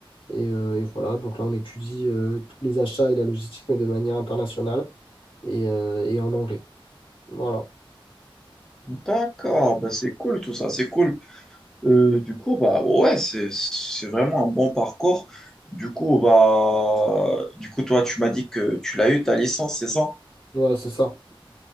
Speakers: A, on the left; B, in the centre.
A: Et, euh, et voilà, donc là, on étudie euh, tous les achats et la logistique, mais de manière internationale et, euh, et en anglais. Voilà,
B: D'accord, bah c'est cool tout ça, c'est cool. Euh, du coup, bah ouais, c'est c'est vraiment un bon parcours. Du coup, bah du coup, toi, tu m'as dit que tu l'as eu ta licence, c'est ça?
A: ouais, c'est ça.